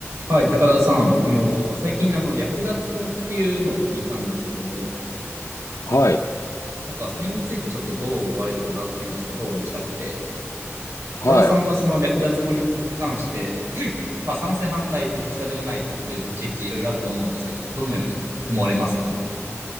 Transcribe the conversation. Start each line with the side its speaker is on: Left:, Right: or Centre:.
Right: はい、高田さん。あのー最近、あの、略奪婚っていうのを聞いたんですけども、
Left: はい。
Right: なんか、それについてちょっとどう思われるかなっていうのはちょっと討論したくて、
Left: はい。
Right: 高田さんはその略奪婚に関して、<clears throat> まあ、賛成反対、まあ、どちらでもないという立ち位置いろいろあると思うんですけども、どのように思われますか